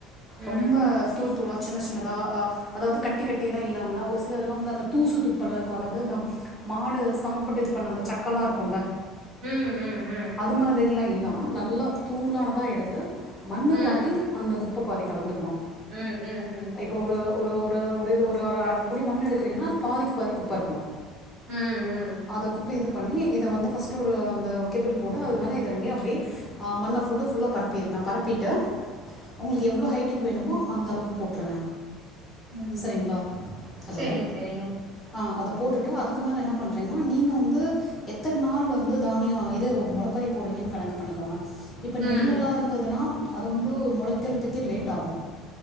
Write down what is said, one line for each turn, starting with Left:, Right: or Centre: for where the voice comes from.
Right: ம்
Left: ரொம்ப தூள் தூளா சின்ன சின்னதா அ அதாவது கட்டி கட் டிலா இல்லாம ஒரு சில இதல்லா வந்து அந்த தூசு துப்பலா இருக்கு அதாவது நம் மாடு சாப்புட்டு இது பண்ண அந்த சக் க்கலா இருக்குல்ல
Right: ம் ம்
Left: அது மாதிரிலா இல்லாம நல்ல தூளானதா எடுத்து மண்ணு
Right: ம்
Left: பாதி அந்த குப்ப பாதி கலந்துக்கணு
Right: ம் ம் ம்
Left: இப்ப ஒரு ஒரு ஒரு ஒரு இது ஒரு அர புடி மண் எடுக்குறீங்கன்னா பாதிக்கு பாதி குப்ப இருக்கணு
Right: ம் ம் ம்
Left: அது குப்ப இது பண்ணி இத வந்து ஃபஸ்ட் டு ஒரு அந்த வக்கிப்பில் போட்டு அது மேலே இத ரெண்டயு அப்டியே அ மண்ண ஃபுட்டு ஃபுல்லா பரப்பீருங்க பரப்பீட்டு உங்களுக்கு எவ்வளோ ஹைட்டுக்கு வேணுமோ அந்தளவுக்கு போட்ருங்க
Right: ம்
Left: செரிங்ளா ஹலோ
Right: சரிங்க சரிங்க
Left: அ அத போட்டுட்டு அதுக்கு மேல என்ன பண்றைங்ன்னா நீங்க வந்து எத்தன் நாள் வந்து தானியோ இது மொளப்பாரி போடறீங்கன்னு கணக்கு பண்ணிக்கோங்க இப்ப நெல்லெல்லா
Right: ம்
Left: இருந்ததுன்னா அது வந்து மொளைக்கறத்துக்கே லேட் ஆகு